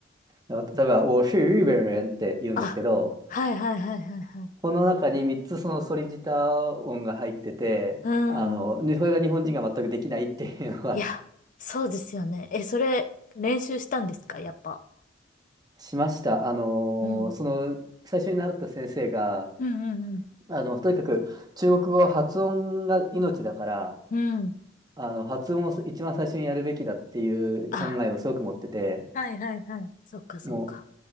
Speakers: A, on the right; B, on the left.
A: あの例えば、我是日本人って言うんですけど、
B: あ、はいはいはいはいはい。
A: この中に3つそのソリジター音が入ってて、
B: うん。
A: あの、ねそれが日本人が全くできないっていうのは
B: いや、そうですよね。え、それ、練習したんですかやっぱ。
A: <laughs> しました。あの、
B: うん。
A: その、最初に習った先生が、
B: うんうん
A: あの、とにかく中国語は発音が命だから、
B: うん。うん。
A: あの、発音を一番最初にやるべきだっていう考えをすごく持ってて、
B: あ、はいはいはい。そっかそっか。
A: も